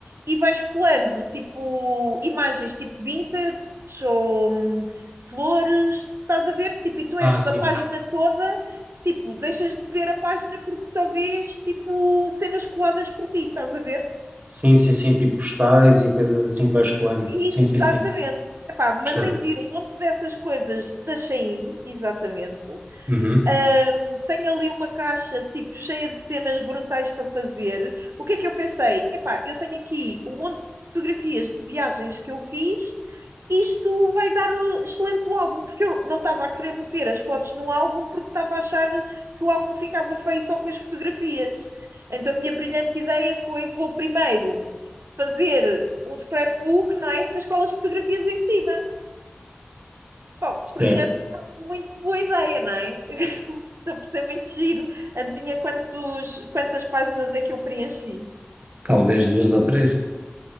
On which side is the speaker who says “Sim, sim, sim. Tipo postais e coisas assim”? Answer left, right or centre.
Right